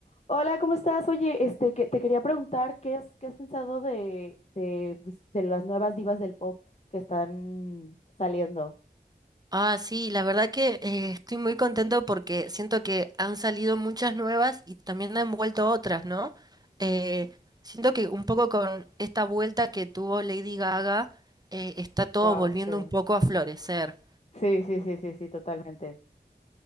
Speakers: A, on the left; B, on the right.
A: Hola, ¿cómo estás? Oye, este, que- te quería preguntar qué has, qué has pensado de, de, pues, de las nuevas divas del pop que están saliendo.
B: Ah, sí, la verdad que eh, estoy muy contento porque siento que han salido muchas nuevas y también han vuelto otras, ¿no? Eh, siento que un poco con esta vuelta que tuvo Lady Gaga, eh, está todo
A: Wow,
B: volviendo
A: sí.
B: un poco a florecer.
A: Sí, sí, sí, sí, sí, totalmente.